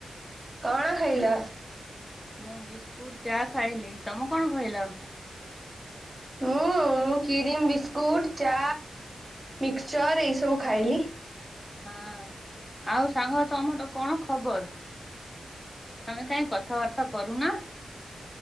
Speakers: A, on the right; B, on the left.
A: କଣ ଖାଇଲ?
B: ମୁଁ ବିସ୍କୁଟ ଚା ଖାଇଲି ତମେ କଣ ଖାଇଲ?
A: ମୁଁ ମୁଁ କି୍ରୀମ୍ ବିସ୍କୁଟ ଚା ମିକ୍ସଚର୍ ଏଇସବୁ ଖାଇଲି।
B: ହଁ ଆଉ ସାଙ୍ଗ ତମର କଣ ଖବର? ଆମେ କାହିଁ କଥାବାର୍ତ୍ତା କରୁନ?